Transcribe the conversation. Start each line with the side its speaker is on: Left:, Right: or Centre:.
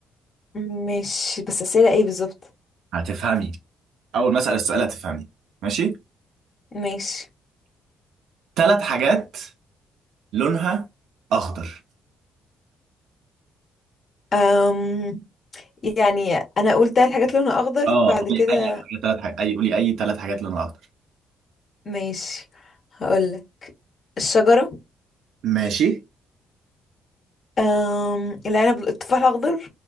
Left: ماشي بس اسئله ايه بالظبط
Right: هتفهمي اول ما اسال السؤال هتفهمي ماشي
Left: ماشي
Right: ثلاث حاجات لونها اخضر
Left: أم يعني انا قلت الحاجات لونها اخضر
Right: اه
Left: بعد
Right: قولي
Left: كده
Right: اي حاجه ثلاث حاجات اي قولي اي ثلاث حاجات لونها اخضر
Left: ماشي هقول الشجره
Right: ماشي
Left: أم العنب التفاح الاخضر